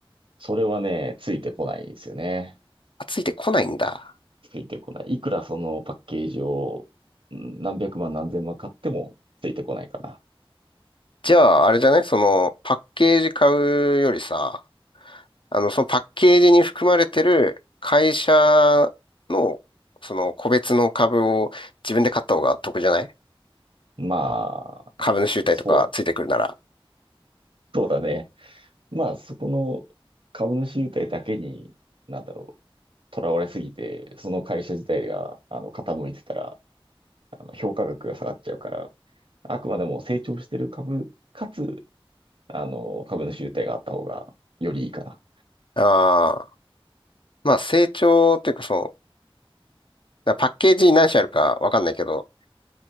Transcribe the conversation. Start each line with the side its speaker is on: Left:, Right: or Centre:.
Right: それはね、ついてこないですよね。
Left: あ、ついてこないんだ。
Right: ついてこない。いくらそのパッケージをうん何百万何千万買ってもついてこないかな。
Left: じゃあ、あれじゃないその、パッケージ買うよりさ、あの、そのパッケージに含まれてる会社の、その個別の株を自分で買った方が得じゃない
Right: まあ、
Left: 株主優待とかついてくるなら。
Right: そう、そうだね。まあ、そこの株主優待だけに、なんだろう、囚われすぎて、その会社自体があの傾いてたら、あの評価額が下がっちゃうから、あくまでも成長してる株、かつ、あの、株主優待があった方がよりいいかな。
Left: ああ、まあ成長っていうかそう、だからパッケージに何社あるかわかんないけど、